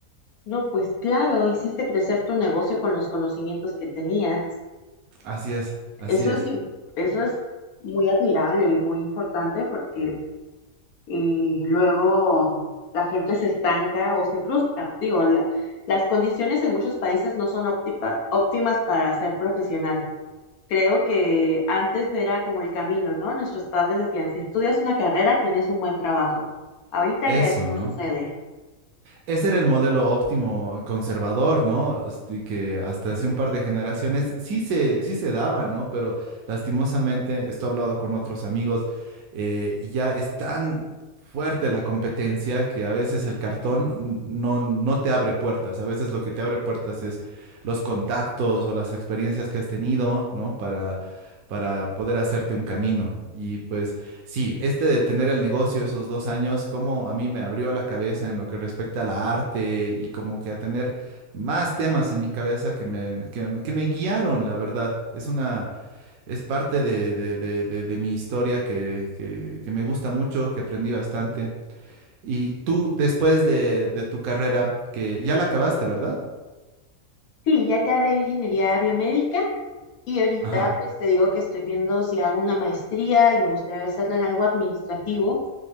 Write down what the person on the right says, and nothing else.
Así es, así
es.
Eso,
¿no?
Ese era el modelo óptimo conservador, ¿no? Este, que hasta hace un par de generaciones sí se, sí se daba, ¿no? Pero lastimosamente, esto he hablado con otros amigos, eh, ya es tan fuerte la competencia que a veces el cartón no, no te abre puertas. A veces lo que te abre puertas es los contactos o las experiencias que has tenido, ¿no? Para, para poder hacerte un camino. Y pues... Sí, este de tener el negocio esos dos años, como a mí me abrió la cabeza en lo que respecta a la arte y como que a tener más temas en mi cabeza que me, que, que me guiaron, la verdad. Es una, es parte de, de- de- de- de mi historia que, que- que me gusta mucho, que aprendí bastante. Y tú, después de, de tu carrera, que ya la acabaste, ¿verdad?
Ajá.